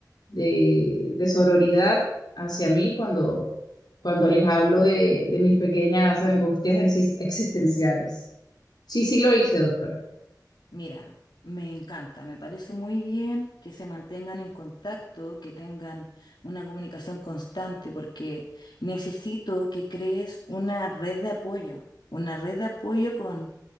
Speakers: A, on the left (about 65°); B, on the left (about 80°).
A: de, de sororidad hacia mí cuando, cuando les hablo de, de mis pequeñas angustias exis- existenciales. Sí, sí lo hice, doctora.
B: Mira, me encanta, me parece muy bien que se mantengan en contacto, que tengan una comunicación constante, porque necesito que crees una red de apoyo, una red de apoyo con,